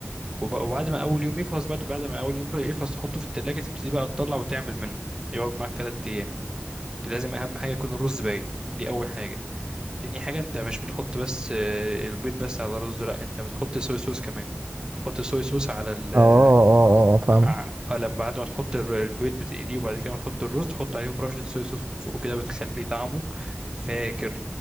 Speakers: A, on the right (about 20°); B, on the right (about 50°).
A: وب- وبعد ما اول يوم يخلص بعد بعد ما اول يوم يخلص تحطه في التلاجة تبتدي بقى تطلع وتعمل منه يقعد معاك ثلاث ايام لازم اهم حاجه يكون الرز بايت دي اول حاجه تاني حاجه انت مش بتحط بس آه، البيض بس على الرز لا انت بتحط صويا صوص كمان تحط صويا صوص على ال
B: اه اه اه فاهم
A: ع- لما بعد ما تحط الر- البيض بتقليه وبعد كده ما تحط الرز تحط عليهم رشة صويا صوص من فوق كده بتخلي طعمه فاجر